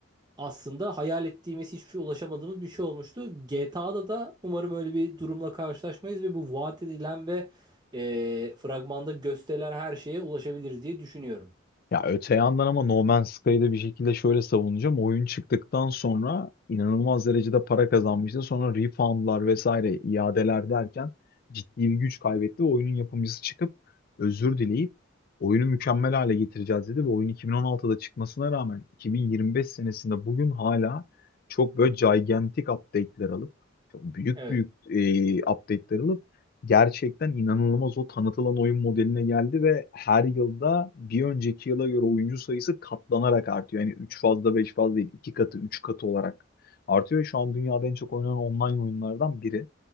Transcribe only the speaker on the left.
Ya öte yandan ama No Man's Sky'ı da bir şekilde şöyle savunacağım. Oyun çıktıktan sonra inanılmaz derecede para kazanmıştı. Sonra refundlar vesaire iadeler derken ciddi bir güç kaybetti ve oyunun yapımcısı çıkıp özür dileyip oyunu mükemmel hale getireceğiz dedi ve oyun 2016'da çıkmasına rağmen 2025 senesinde bugün hala çok böyle gigantic update'ler alıp çok büyük
büyük e, update'ler alıp gerçekten inanılmaz o tanıtılan oyun modeline geldi ve her yılda bir önceki yıla göre oyuncu sayısı katlanarak artıyor. Yani 3 fazla 5 fazla değil 2 katı 3 katı olarak artıyor. Şu an dünyada en çok oynanan online oyunlardan biri